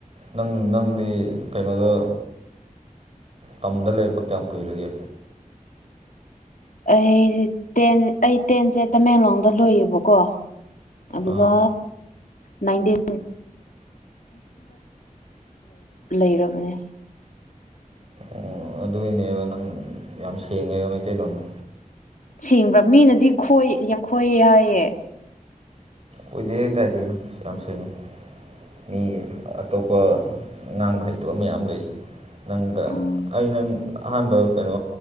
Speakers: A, on the right (about 45°); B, on the left (about 70°).
A: ꯅꯪ ꯅꯪꯗꯤ ꯀꯩꯅꯣꯗ ꯇꯝꯗ ꯂꯩꯔꯄ ꯀꯌꯥꯝ ꯀꯨꯏꯔꯒꯦ
B: ꯑꯩ ꯇꯦꯟ ꯑꯩ ꯇꯦꯟꯁꯦ ꯇꯃꯦꯡꯂꯣꯡꯗ ꯂꯣꯏꯌꯦꯕꯀꯣ ꯑꯗꯨꯒ
A: ꯑꯥ
B: ꯅꯥꯇꯤꯟ ꯂꯩꯔꯕꯅꯦ
A: ꯑꯣ ꯑꯗꯨꯏꯅꯦꯕ ꯅꯪ ꯌꯥꯝ ꯁꯦꯡꯉꯦꯕ ꯃꯩꯇꯩꯂꯣꯟꯗꯣ
B: ꯁꯦꯡꯕ꯭ꯔꯥ ꯃꯤꯅꯗꯤ ꯈꯣꯏ ꯌꯥꯡꯈꯣꯏꯑ ꯍꯥꯏꯌꯦꯦ
A: ꯑꯣꯏꯗꯦꯍ‌ꯦ ꯀꯥꯏꯗꯩꯅꯣ ꯁꯛ ꯌꯥꯝ ꯁꯦꯡꯉꯦ ꯃꯤ ꯑꯇꯣꯞꯄ ꯉꯥꯡꯕ ꯍꯩꯇꯕ ꯃꯌꯥꯝ ꯂꯩ ꯅꯪꯒ
B: ꯎꯝ
A: ꯑꯩ ꯅꯪ ꯑꯍꯥꯟꯕ ꯀꯩꯅꯣ